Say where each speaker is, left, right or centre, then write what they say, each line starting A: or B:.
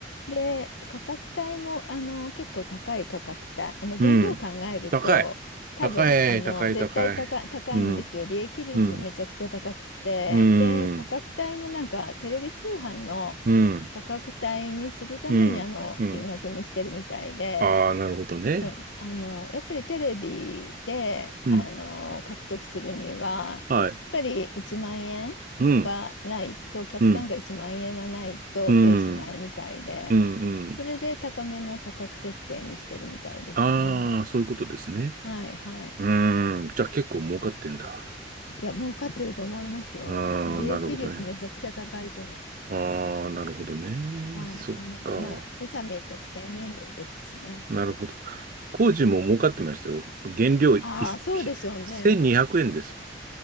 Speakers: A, on the left; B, on the right.
A: で、価格帯も、あの、結構高い価格帯。あの、
B: うん。
A: 原料考えると、
B: 高い。
A: 多分、
B: 高い、
A: あの、
B: 高い、
A: 絶対高い、
B: 高い。
A: 高いんですよ。
B: うん。
A: 利益率めちゃくちゃ高くて。
B: うん、うん、
A: で、価格帯もなんか、テレビ通販の
B: うん、
A: 価格帯にするために、
B: うん、
A: あの、
B: うん。
A: 金額にしてるみたいで。
B: ああ、なるほどね。
A: そう、あの、やっぱりテレビで、
B: うん、
A: あの、獲得するには、
B: はい。
A: やっぱり1万円はないと、
B: うん、
A: 客単価1万円はないとペイしないみたいで、
B: うん、うん、うん、うん。
A: それで高めの価格設定にしてるみたいですね。
B: ああ、そういうことですね。
A: はいはい。
B: うーん、じゃあ結構儲かってんだ。
A: いや、儲かってると思いますよ。
B: ああ、
A: え利益率めちゃくちゃ高いと思
B: なるほどね。ああ、なるほどね。
A: う。はいはい。
B: そっか。
A: まあ、セサミン特選原料ですしね。
B: なるほど。工事も儲かってましたよ。原料い
A: ああ、そうでしょうね。
B: 1200円ですもん。